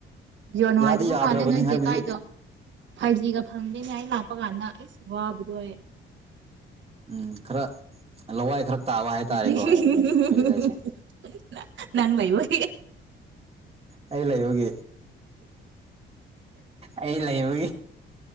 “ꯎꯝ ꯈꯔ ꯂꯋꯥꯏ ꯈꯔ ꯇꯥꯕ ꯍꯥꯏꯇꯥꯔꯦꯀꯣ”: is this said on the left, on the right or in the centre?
Right